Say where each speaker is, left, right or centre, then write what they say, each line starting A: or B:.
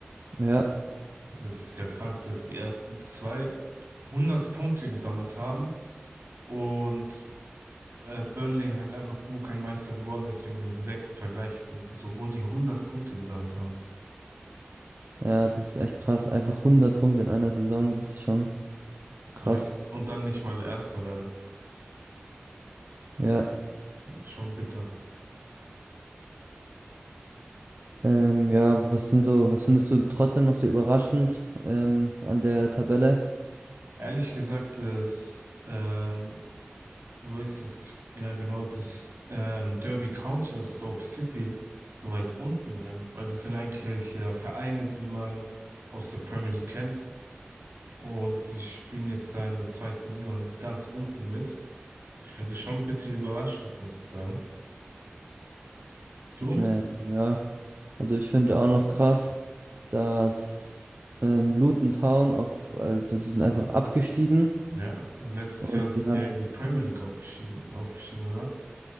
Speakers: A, on the right; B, on the right.
A: Ja,
B: Das ist ja krank, dass die ersten zwei hundert Punkte gesammelt haben und äh, Burnley halt einfach nur kein Meister geworden ist wegen dem direkten Vergleich und das, obwohl die hundert Punkte gesammelt haben.
A: ja, das ist echt krass. Einfach hundert Punkte in einer Saison, das ist schon krass.
B: Ja. Und dann nicht mal Erster werden.
A: Ja,
B: Das ist schon bitter.
A: ähm, ja, was sind so, was findest du trotzdem noch so überraschend ähm, an der Tabelle?
B: Ehrlich gesagt, das, ähm, wo ist es? Ja, genau, dass ähm, Derby County und Stoke City so weit unten sind, weil das sind eigentlich ja Vereine, die man aus der Premier League kennt und die spielen jetzt da in der zweiten Liga und ganz unten mit. Ich finde das schon ein bisschen überraschend, muss ich sagen. Du?
A: Ähm, ja, also ich finde auch noch krass, dass ähm, Luton Town auf, also die sind einfach abgestiegen
B: Ja, und letztes
A: und
B: Jahr sind
A: die haben
B: die ja in die Premier League aufgestiegen, aufgestiegen, oder?